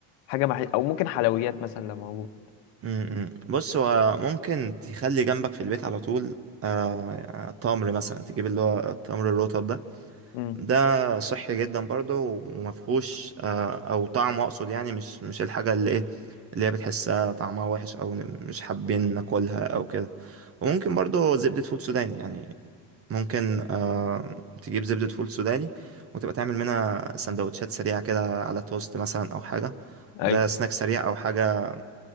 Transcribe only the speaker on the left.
حاجة مع... او ممكن حلويات مثلا لو موجود
امم
ايوه